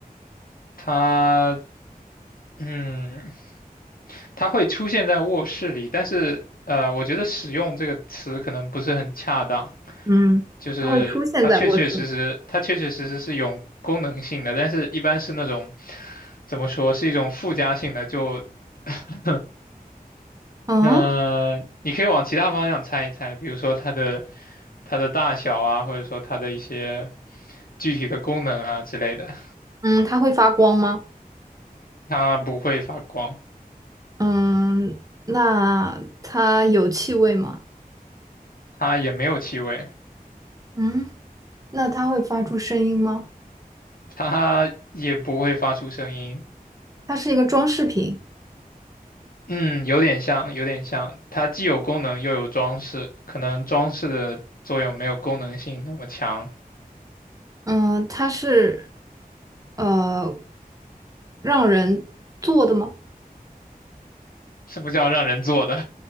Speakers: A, on the left (about 70°); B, on the right (about 20°).
A: 它，嗯，它会出现在卧室里，但是，呃，我觉得使用这个词可能不是很恰当，
B: 嗯，
A: 就是它确确实实，
B: 它会出现在卧室。
A: 它确确实实是有功能性的，但是一般是那种，怎么说，是一种附加性的，就 <laughs>
B: 嗯
A: 呃，你可以往其他方向猜一猜，比如说它的它的大小啊，或者说它的一些具体的功能啊之类的。
B: 嗯，它会发光吗？
A: 它不会发光，
B: 嗯，那它有气味吗？
A: 它也没有气味，
B: 嗯，那它会发出声音吗？
A: 它也不会发出声音。
B: 它是一个装饰品。
A: 嗯，有点像，有点像。它既有功能又有装饰，可能装饰的作用没有功能性那么强。
B: 嗯，它是呃让人坐的吗？
A: 什么叫让人做的？